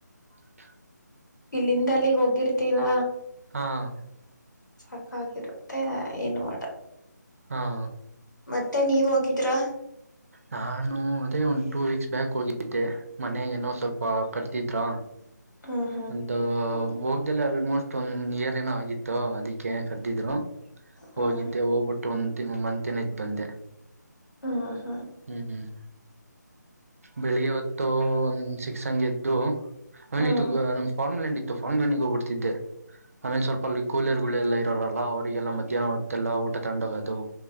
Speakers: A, on the right; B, on the left.
A: <unintelligible>
B: ಇಲ್ಲಿಂದ ಅಲ್ಲಿಗ್ ಹೋಗಿರ್ ತ್ತಿನ
A: ಹಾಂ
B: ಸಾಕಾಗಿರುತ್ತೆ ಏನು ಮಾಡಲ್
A: ಹಾಂ
B: ಮತ್ತೆ ನೀವ್ ಹೋಗಿದ್ರಾ?
A: ನಾನು ಅದೇ ಒಂದ್ ಟೂ ವೀಕ್ಸ್ ಬ್ಯಾಕ್ ಹೋಗಿದ್ದೆ. ಮನೆಗೇನೋ ಸ್ವಲ್ಪ ಕರ್ದಿದ್ರ
B: ಹ್ಮ್
A: ಒಂದು ಹೋಗ್ದಲೆ ಆಲ್ಮೋಸ್ಟ್ ಒನ್ ಇಯರ್ ಏನೋ ಆಗಿತ್ತು ಅದಿಕ್ಕೆ ಕರ್ದಿದ್ರು
B: ಹ್ಮ್
A: ಹೋಗಿದ್ದೆ. ಹೋಗ್ಬಿಟ್ ಟು ಒನ್ ಮಂತೇನೊ ಇದ್ ಬಂದೆ.
B: ಹ್ಮ್ ಹ್ಮ್
A: ಹ್ಮ್ ಹ್ಮ್ ಬೆಳಿಗ್ಗೆ ಹೊತ್ತು ಒಂದು ಸಿಕ್ಸ್ ಆಂಗ್ ಎದ್ ದು <unintelligible>
B: ಹ್ಮ್
A: ತು ಫಂಡ್ ಮನಿಗ್ ಹೋಗ್ಬಿಡ್ತಿದ್ದೆ. ಆಮೇಲ್ ಸ್ವಲ್ಪ ಅಲ್ಲಿ ಕೂಲರ್ ಗಳೆಲ್ಲ ಇರೋರಲ್ಲ ಅವರಿಗೆಲ್ಲಾ ಮಧ್ಯಾಹ್ನ ಹೊತ್ತೆಲ್ಲಾ ಊಟ ತಗೊಂಡ್ ಹೋಗದು